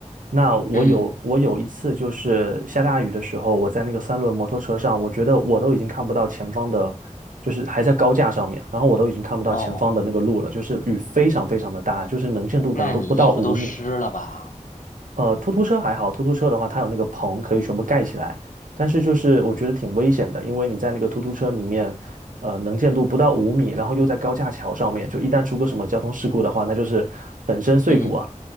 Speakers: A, on the right (about 85°); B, on the left (about 80°).
A: 那我有我有一次就是下大雨的时候，
B: 嗯，
A: 我在那个三轮摩托车上，我觉得我都已经看不到前方的，就是还在高架上面，然后我都已经看不到前方的那个路了，
B: 哦，
A: 就是雨非常非常的大，就是能见度可能都不到五米。
B: 那你衣服都湿了吧？
A: 呃，突突车还好，突突车的话，它有那个棚可以全部盖起来，但是就是我觉得挺危险的，因为你在那个突突车里面，呃，能见度不到五米，然后又在高架桥上面，就一旦出个什么交通事故的话，那就是粉身碎骨啊，
B: 嗯，